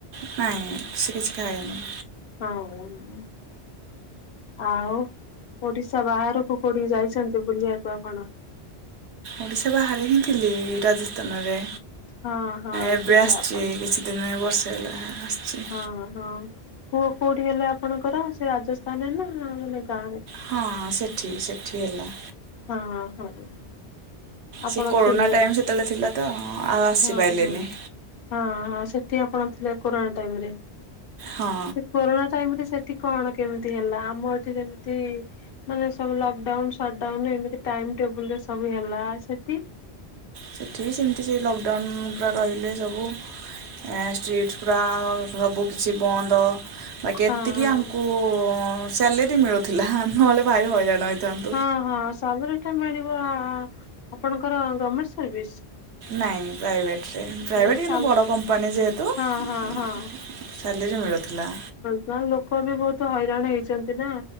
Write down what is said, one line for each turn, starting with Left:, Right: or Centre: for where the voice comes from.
Right: ନାଇଁ ନାଇଁ ସେ କିଛି ଖାଏନି।
Left: ହଁ। ଆଉ ଓଡିଶା ବାହାରକୁ କୋଉଠି ଯାଇଚନ୍ତି ବୁଲିଆକୁ ଆପଣ?
Right: ଓଡିଶା ବାହାରେ ହିଁ ଥିଲି ରାଜସ୍ଥାନରେ
Left: ହଁ ହଁ
Right: ଏବେ
Left: ଥିଲେ
Right: ଆସିଚି।
Left: ଆପଣ
Right: ତିନି ବର୍ଷ ହେଲା ଆସିଚି।
Left: ହଁ ହଁ ପୁଅ କୋଉଠି ହେଲେ ଆପଣଙ୍କର ସେ ରାଜସ୍ଥାନରେ ନା ମାନେ ଗାଁରେ?
Right: ହଁ ସେଠି ସେଠି ହେଲା।
Left: ହଁ ହଁ। ଆପଣ
Right: ସେ କୋରୋନା
Left: ଥିଲେ
Right: ଟାଇମ ସେତେବେଳେ ଥିଲା ତ ଆଉ ଆସିପାଇଲେନି।
Left: ହଁ ହଁ ହଁ ହଁ ସେଠି ଆପଣ ଥିଲେ କୋରୋନା ଟାଇମରେ
Right: ହଁ
Left: ସେ କୋରୋନା ଟାଇମରେ ସେଠି କଣ କେମିତି ହେଲା ଆମ ଏଠି ଯେମତି ମାନେ ସବୁ ଲକଡାଉନ୍, ସଟଡାଉନ୍ ଏମତି ଟାଇମ୍ ଟେବୁଲରେ ସବୁ ହେଲା ସେଠି
Right: ସେଠି ସେମିତି ସେ ଲକଡାଉନ ପୁରା ରହିଲେ ସବୁ। ଏଁ ଷ୍ଟ୍ରିଟ୍ ପୁରା ସବୁ କିିଛି ବନ୍ଦ। ବାକି
Left: ହଁ
Right: ଏତିକି
Left: ହଁ
Right: ଆଙ୍କୁ ସ୍ୟାଲେରି ମିଳୁଥିଲା ନହେଲେ ଭାରି ହଇରାଣ ହୋଇଥାନ୍ତୁ।
Left: ହଁ ହଁ ସବୁ ରିଟନ ମିଳିବ ଆପଣଙ୍କର ଗମେଣ୍ଟ ସର୍ଭିସ?
Right: ନାଇଁ ପ୍ରାଇଭେଟରେ ପ୍ରାଇଭେଟ
Left: ହଁ
Right: କିନ୍ତୁ
Left: ସାଲ
Right: ବଡ଼ କମ୍ପାନୀ ଯେହେତୁ
Left: ହଁ
Right: ସାଲେରୀ
Left: ହଁ ହଁ
Right: ମିଳୁଥିଲା।
Left: ନା ଲୋକ ବି ବହୁତ ହଇରାଣ ହେଇଚନ୍ତି ନା।